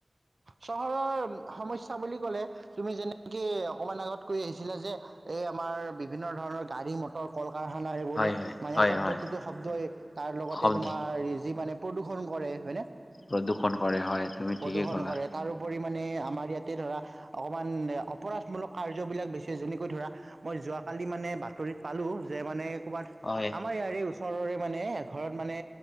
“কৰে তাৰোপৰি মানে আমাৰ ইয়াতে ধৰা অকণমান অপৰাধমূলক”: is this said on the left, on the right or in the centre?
Right